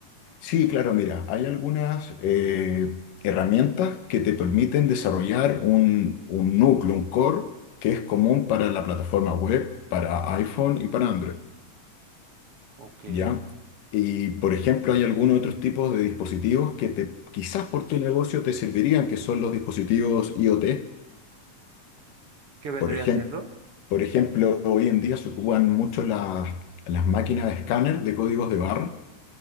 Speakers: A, on the left (about 85°); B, on the right (about 55°).
A: Sí, claro, mira, hay algunas eh, herramientas que te permiten desarrollar un, un núcleo, un core, que es común para la plataforma web, para iPhone y para Android,
B: Ok.
A: ¿ya? Y, por ejemplo, hay algunos otros tipos de dispositivos que te, quizás por tu negocio te servirían, que son los dispositivos IoT.
B: ¿Qué vendría
A: Por ejemplo,
B: siendo?
A: por ejemplo, hoy en día se ocupan mucho las, las máquinas de escáner de códigos de barra